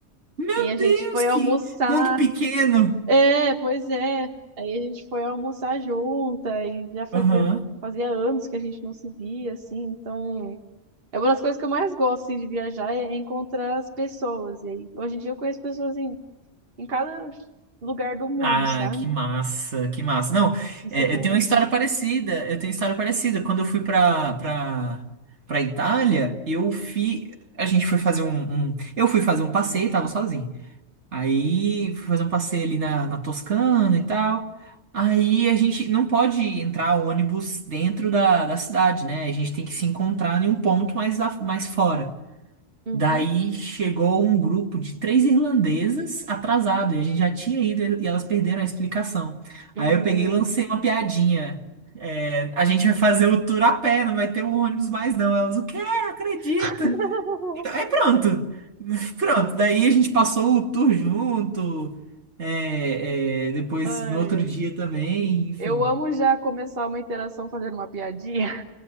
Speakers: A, on the right (about 70°); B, on the right (about 50°).
A: Meu
B: E a gente
A: Deus,
B: foi
A: que
B: almoçar.
A: mundo pequeno.
B: É, pois é. Aí a gente foi almoçar junta e já fazia,
A: Aham.
B: fazia anos que a gente não se via, assim, então. É uma das coisas que eu mais gosto, assim, de viajar, é encontrar as pessoas. E aí, hoje em dia eu conheço pessoas em, em cada lugar do mundo,
A: Ah,
B: sabe?
A: que massa, que massa. Não,
B: Isso
A: é,
B: é bem
A: eu tenho
B: gostoso.
A: uma história parecida. Eu tenho uma história parecida. Quando eu fui pra, pra, pra Itália, eu fui. A gente foi fazer um, um- Eu fui fazer um passeio, tava sozinho. Aí fui fazer um passeio ali na, na Toscana e tal. Aí a gente não pode entrar ônibus dentro da, da cidade, né? A gente tem que se encontrar em um ponto mais, a- mais fora.
B: Uhum.
A: Daí chegou um grupo de três irlandesas atrasado e a gente já tinha ido e elas perderam a explicação.
B: Hum.
A: Aí eu peguei e lancei uma piadinha. É, a gente vai fazer o tour a pé, não vai ter um ônibus mais não. Elas, o quê? Não acredito.
B: <laughs>
A: Aí pronto. Pronto. Daí a gente passou o tour junto. é, é, depois
B: Ai,
A: no outro
B: ai.
A: dia também, enfim.
B: eu amo já começar uma interação fazendo uma piadinha.